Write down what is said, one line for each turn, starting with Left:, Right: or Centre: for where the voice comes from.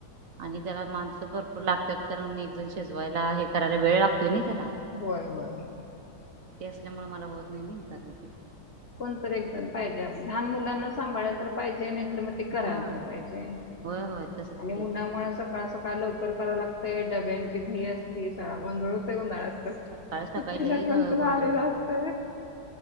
Right: आणि त्याला माणसं भरपूर लागतात. कारण मी एक जण शेजवायला आहे. त वेळ दनी तला,
Left: होय होय होय होय.
Right: असल्यामुळे मला होत नाही. नाही करायच,
Left: कोणत एकजण पाहिजे, लहान मुलांना सांभाळला तर पाहिजे. नर मग ते कराल
Right: हा
Left: तर पाहिजे
Right: होय होय तसच
Left: आणि
Right: की
Left: उन्हामुळेळ सकाळ सकाळ लवकर. कराव लागत डब्यांची घी असती सड मंधळ तेऊणार,
Right: सकाळ सकाळी
Left: सुट्टीला
Right: लई ग-
Left: कोण तर
Right: गोंधळ
Left: रालेलं
Right: होत.
Left: असत.